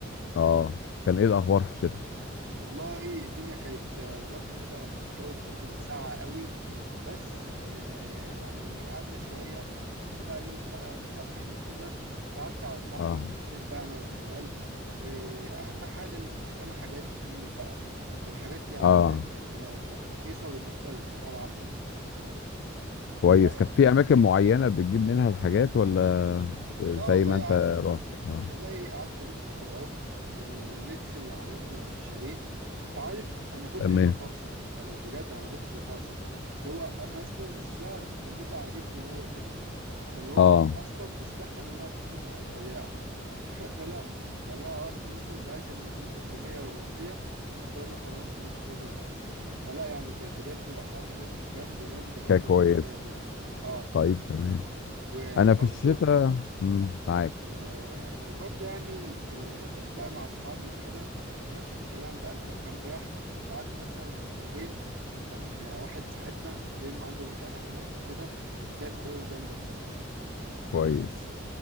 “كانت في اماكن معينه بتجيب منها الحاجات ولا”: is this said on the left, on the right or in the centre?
Left